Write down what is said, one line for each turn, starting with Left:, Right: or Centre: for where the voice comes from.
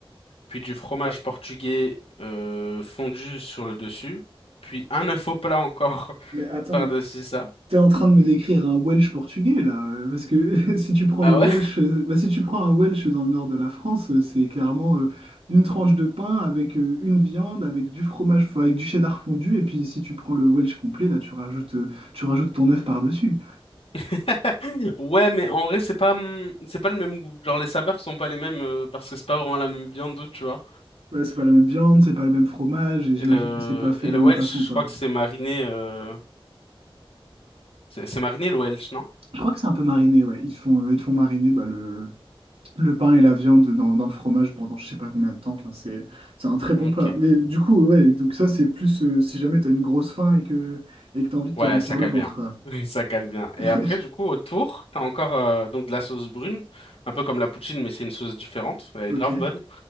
Left: puis du fromage portugais euh, fondu sur le dessus, puis un œuf au plat encore <laughs>
Right: Mais attends.
Left: par-dessus ça.
Right: T'es en train de me décrire un Welsh portugais là, euh, parce que <laughs> si tu prends
Left: Ah
Right: le
Left: ouais?
Right: Welsh, euh, bah, si tu prends un Welsh dans le nord de la France, euh, c'est clairement euh, une tranche de pain avec euh, une viande, avec du fromage, enfin, avec du cheddar fondu, et puis si tu prends le Welsh complet, là tu rajoutes, euh, tu rajoutes ton œuf par-dessus.
Left: <laughs> Ouais, mais en vrai, c'est pas, hum, c'est pas le même goût. Genre, les saveurs sont pas les mêmes euh, parce que c'est pas vraiment la même viande, tu vois.
Right: Ouais, c'est pas la même viande, c'est pas le même fromage, et j'imagine
Left: Et le,
Right: que c'est pas fait
Left: et
Right: de la
Left: le
Right: même
Left: Welsh,
Right: façon quoi.
Left: je crois que c'est mariné. euh, C'est c'est Marigny le Welsh, non?
Right: Je crois que c'est un peu mariné, ouais. Ils te font, euh, ils te font mariner bah, le, le pain et la viande dans, dans le fromage pendant je sais pas combien de temps. Enfin, c'est, c'est un très bon
Left: Ok.
Right: plat. Mais du coup, ouais, donc ça, c'est plus euh, si jamais tu as une grosse faim et que et que tu as envie de
Left: Ouais,
Right: te remplir
Left: ça cale
Right: le ventre,
Left: bien.
Right: quoi.
Left: <laughs> Ça cale bien.
Right: <laughs>
Left: Et après, du coup, autour, t'as encore euh, donc de la sauce brune, un peu comme la poutine, mais c'est une sauce différente. Elle
Right: Ok.
Left: est grave bonne.